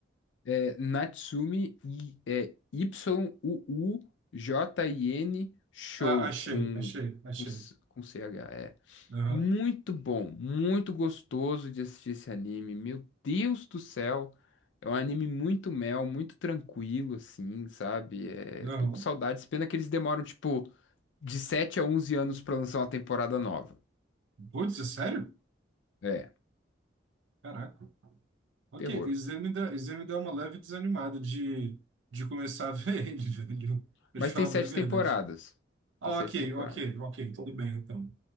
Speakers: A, on the left; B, on the right.
A: é Natsume e é Y-U-U-J-I-N Show
B: Ah, achei,
A: com,
B: achei, achei.
A: com, C- com CH.
B: Aham,
A: Muito bom, muito gostoso de assistir esse anime. Meu Deus do céu. É um anime muito mel, muito tranquilo, assim, sabe? É,
B: aham.
A: tô com saudades. Pena que eles demoram, tipo, de 7 a 11 anos pra lançar uma temporada nova.
B: Putz, é sério?
A: É,
B: Caraca. Ok,
A: terror.
B: isso aí me dá, isso aí me dá uma leve desanimada de, de começar a ver ele, <laughs> velho. Pra
A: Mas
B: te falar
A: tem sete
B: bem a verdade.
A: temporadas.
B: Ah,
A: Tem sete
B: Ok,
A: temporadas.
B: ok, ok, tudo bem então.